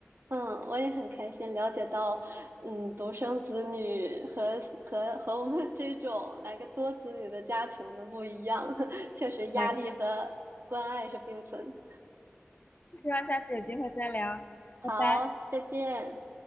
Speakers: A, on the right (about 55°); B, on the left (about 35°).
A: 嗯，我也很开心了解到，嗯，独生子女和和和我们这种来个多子女的家庭的不一样，<laughs> 确实压力和关爱是并存。
B: 那希望下次有机会再聊，
A: 好，
B: 拜拜。
A: 再见。